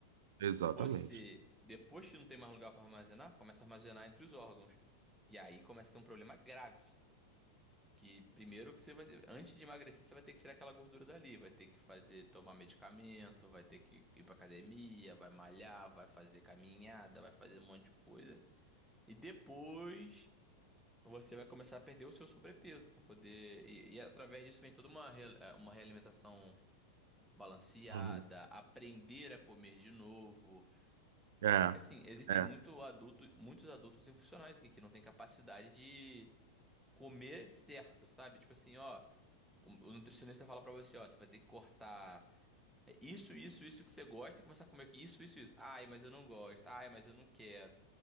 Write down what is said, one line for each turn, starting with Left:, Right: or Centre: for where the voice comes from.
Right: Exatamente.
Centre: Você, depois que não tem mais lugar para armazenar, começa a armazenar entre os órgãos. E aí começa a ter um problema grave. Que primeiro que você vai, antes de emagrecer, você vai ter que tirar aquela gordura dali, vai ter que fazer, tomar medicamento, vai ter que ir pra academia, vai malhar, vai fazer caminhada, vai fazer um monte de coisa. E depois você vai começar a perder o seu sobrepeso para poder. E, e através disso vem toda uma, real- eh, uma realimentação balanceada,
Right: Uhum.
Centre: aprender a comer de novo.
Right: É,
Centre: Porque assim, existem
Right: é,
Centre: muito adulto, muitos adultos infuncionais aqui que não têm capacidade de comer certo, sabe? Tipo assim, ó. O, o nutricionista fala pra você, ó, você vai ter que cortar é, isso, isso, isso que você gosta e começar a comer isso, isso, isso. Ai, mas eu não gosto. Ai, mas eu não quero.